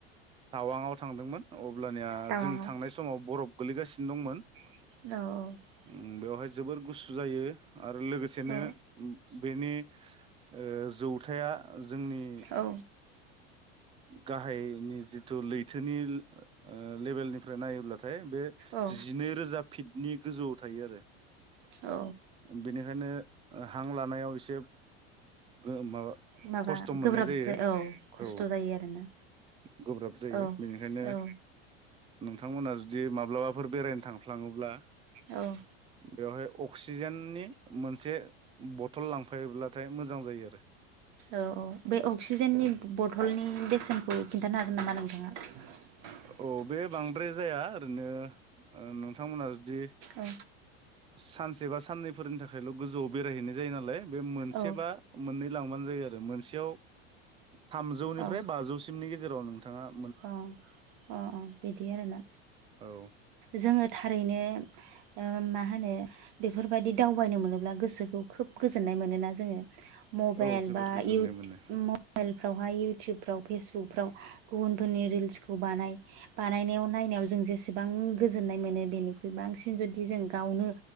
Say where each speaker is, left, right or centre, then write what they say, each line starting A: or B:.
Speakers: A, on the right; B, on the right.
A: टावांआव थांदोंमोन। अब्लानिया
B: टावाङाव
A: जों थांनाय समाव बरफ गोलैगासिनो दंमोन।
B: औ।
A: बेवहाय जोबोर गुसु जायो। आरो लोगोसेनो
B: औ
A: बेनि ओ जौथाया जोंनि
B: औ
A: गाहायनि जिथु लैथोनि लेबेलनिफ्राय नायोब्ला नाथाय बे
B: औ
A: जिनै रोजा फिटनि गोजौ। थायो आरो।
B: औ
A: बेनिखायनो हां लानायाव एसे ओ माबा
B: माबा
A: खस्थ' मोननाय
B: गोब्राब
A: जायो।
B: औ खस्थ'
A: औ
B: जायो आरोना
A: गोब्राब जायो
B: औ
A: बेनिखायनो
B: औ
A: नोंथांमोना जुदि माब्लाबाफोर बेरायनो थांफ्लाङोब्ला
B: औ।
A: बेवहाय अक्सिजेननि मोनसे बथल लांफायोब्लाथाय मोजां जायो आरो।
B: औ औ बे अक्सिजेननि बथलनि बेसेनखौ खिन्थानो हागोन नामा? <unintelligible>
A: औ बे बांद्राय जाया ओरैनो ओ नोंथांमोना जुदि
B: औ
A: <inaudible> सानसे बा साननैफोरनि थाखायल' गोजौआव बेरायहैनाय जायो नालाय बे मोनसे
B: औ
A: बा मोननै लांबानो जायो आरो मोनसेयाव थामजौनिफ्राय
B: औ अ
A: बाजौसिमनि गेज जेराव नोनथां। नोथाङा
B: अ अ बिदि आरो ना?
A: हागोन
B: जोङो थारै ए ओ मा होनो बेफोरबायदि दावबायनो मोनोब्ला गोसोखौ खोब गोजोननाय मोनोना जोङो? मबेइल
A: औ औ जोबोर
B: बा
A: गोजोननाय
B: इउटु
A: मोनो
B: मबाइलफ्रावहाय इउटुब फ्राव फेसबुकफ्राव गुबन फोरनि रिल्सखौ बानाय बानायनायाव नायनायाव जों जेसेबां गोजोननाय मोनो बेनिख्रुइ बांसिन जुदि जों गावनो